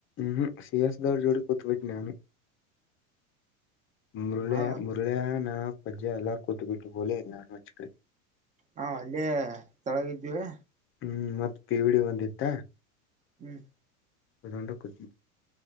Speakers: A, on the left; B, on the right.
A: ಹ್ಮ್ ಸಿಯಸ್ ದವರ್ ಜೋಡಿ ಕೊತಬಿಟ್ಟನಾನು ಮುರುಳೆ
B: ಹಾ
A: ಮುರುಳೆ ನಾ ಪಜಾ ಎಲ್ಲಾರೂ ಕೂತ್ ಬಿಟ್ಟು ಹಲೇ ನಾನುಚ್ಕ
B: ಹಾ ಅಲ್ಲೇ ತಳಗಿದ್ದೀವಿ
A: ಹ್ಮ್ ಮತ್ತ್ ಪಿವಿಡಿ ಬಂದಿತ್ತ
B: ಹ್ಮ್
A: ಅದೊಂಡ ಕುತಿಿ